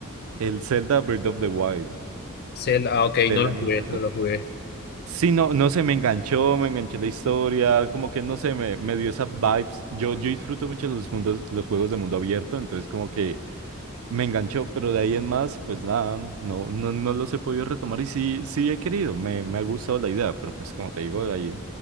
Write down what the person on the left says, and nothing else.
Zelda, ah, ok,
no
lo
jugué, no lo jugué.